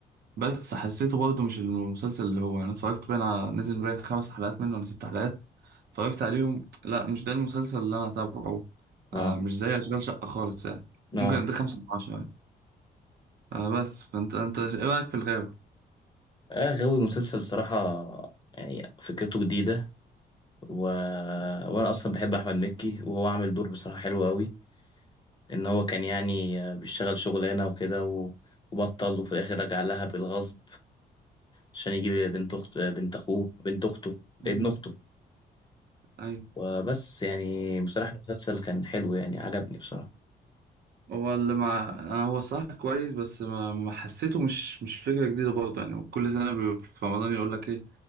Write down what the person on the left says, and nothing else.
اه
اه
آه، غاوي مسلسل صراحة يعني فكرته جديدة و... وانا اصلا بحب احمد مكي وهو عامل دور بصراحة حلو قوي ان هو كان يعني آه، بيشتغل شغلانة وكده و... وبطل وفي الاخر رجع لها بالغصب عشان يجيب بنت اخت بنت اخوه بنت اخته
ابن اخته
وبس يعني بصراحة المسلسل كان حلو يعني عجبني بصراحة